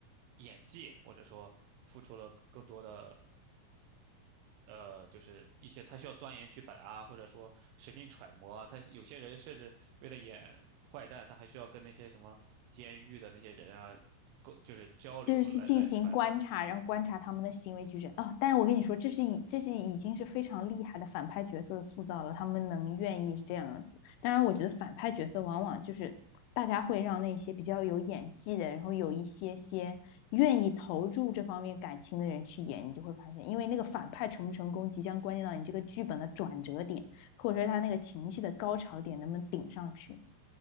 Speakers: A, on the right; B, on the left.
A: 演技，或者说付出了更多的。呃，就是一些他需要钻研剧本啊，或者说使劲揣摩啊。他有些人甚至为了演坏蛋，他还需要跟那些什么监狱的那些人啊，沟就是交流来来揣摩。
B: 就是去进行观察，然后观察他们的行为举止。哦，但我跟你说，这是已这是已经是非常厉害的反派角色的塑造了，他们能愿意是这样子。当然，我觉得反派角色往往就是大家会让那些比较有演技的，然后有一些些愿意投入这方面感情的人去演，你就会发现，因为那个反派成不成功，即将关键到你这个剧本的转折点，或者说他那个情绪的高潮点能不能顶上去。